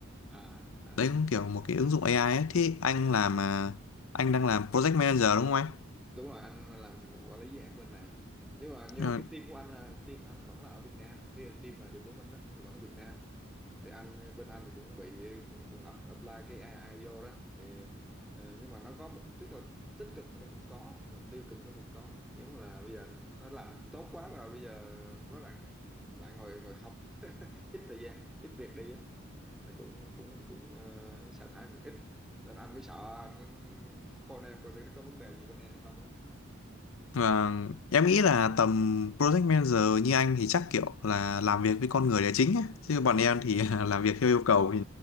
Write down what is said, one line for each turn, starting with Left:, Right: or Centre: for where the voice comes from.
Centre: à à
Left: Đấy cũng kiểu một cái ứng dụng AI ấy. Thế anh làm à, anh đang làm project manager đúng không anh?
Centre: đúng rồi anh làm quản lý dự án bên này nhưng mà nhưng
Left: Ờ,
Centre: mà cái team của anh là team anh vẫn là ở Việt Nam team team mà development đó, thì vẫn ở Việt Nam thì anh bên anh thì cũng bị cũng up, apply cái AI vô đó thì ờ, nhưng mà nó có một tức là tích cực thì nó cũng có nhưng mà tiêu cực nó cũng có giống như là bây giờ nó làm tốt quá rồi bây giờ mấy bạn lại ngồi ngồi không <laughs> ít thời gian ít việc đi á nó cũng cũng cũng uh, sa thải cũng ít nên anh mới sợ anh khôn em coi thử nó có vấn đề gì bên em không á
Left: Và em nghĩ là tầm project manager như anh thì chắc kiểu là làm việc với con người là chính ấy. Chứ bọn em thì <laughs> làm việc theo yêu cầu thì